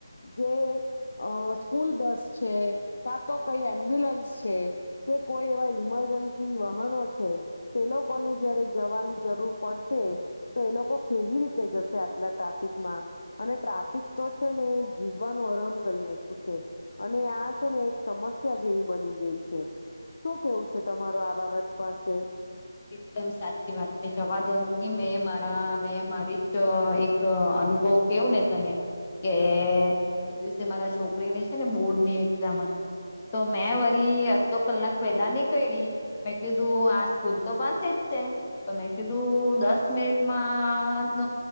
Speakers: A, on the left; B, on the left.
A: જે સ્કૂલ બસ છે, કાં તો કઈ એમ્બ્યુલન્સ છે, કે કોઈ એવા ઈમરજન્સી વાહનો છે તે લોકોને જયારે જવાની જરૂર પડશે તો એ લોકો કેવી રીતે જશે આટલા ટ્રાફિકમાં. અને ટ્રાફિક તો છે, ને જીવવાનો આરામ કરી નાખ્યું છે, અને આ છે ને એક સમસ્યા જેવી બની ગઈ છે, શું કેવું છે, તમારો આ બાબત પાસે.
B: એકદમ સાચી વાત છે, જવા દેની મેં મારા મેં મારી જ એક અનુભવ કેવું ને તને કે જે દિવસે મારા છોકરીને છે, ને બોર્ડ ની એક્ઝામ હતી તો મેં વરી અડધો કલાક પેલા નીકી મેં કીધું આ <unintelligible> તો મેં કીધું દસ મિનિટમાં ન